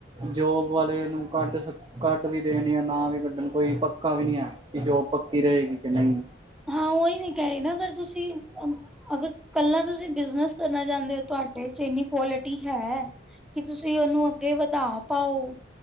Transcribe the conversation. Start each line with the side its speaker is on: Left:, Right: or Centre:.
Right: ਜੋਬ ਵਾਲੇ ਨੂੰ ਕੱਢ ਕੱਢ ਵੀ ਦੇਣ ਯਾ ਨਾ ਵੀ ਕੱਢਣ ਕੋਈ ਪੱਕਾ ਵੀ ਨਹੀ ਏ ਕਿ ਜੋਬ ਪੱਕੀ ਰਹੇਗੀ ਕਿ ਨਹੀ
Centre: ਹਾਂ ਉਹੀ ਮੈਂ ਕਹਿ ਰਹੀ ਨਾ ਅਗਰ ਤੁਸੀ- ਅਗਰ ਕਲਾ ਤੁਸੀ ਬਿਜਨਸ ਕਰਨਾ ਚਾਹਦੇ ਹੋ ਤੁਹਾਡੇ 'ਚ ਏਨੀ ਕੁਲ- ਹੈ। ਕਿ ਤੁਸੀ ਉਹਨੂੰ ਅਗੇ ਵ ਧਾ ਪਾਓ